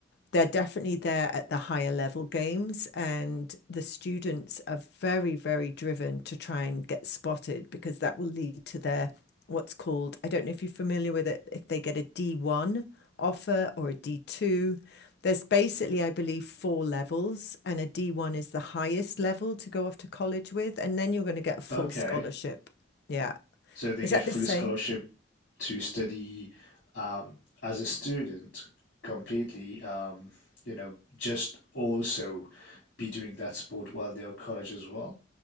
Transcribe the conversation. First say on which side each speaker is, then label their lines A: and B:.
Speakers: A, on the left; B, on the left.
A: they're definitely there at the higher level games and the students are very very driven to try and get spotted because that will lead to their what's called I don't know if you're familiar with it if they get a D1 offer or a D2 there's basically I believe four levels and a D1 is the highest level to go off to college with and then you're going to get a full
B: Okay.
A: scholarship yeah
B: So they
A: is
B: get
A: that
B: full
A: the same
B: scholarship to study um, as a student completely, um, you know, just also be doing that sport while they're at college as well.